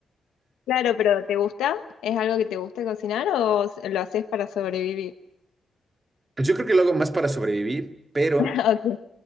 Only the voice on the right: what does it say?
Pues yo creo que lo hago más para sobrevivir, pero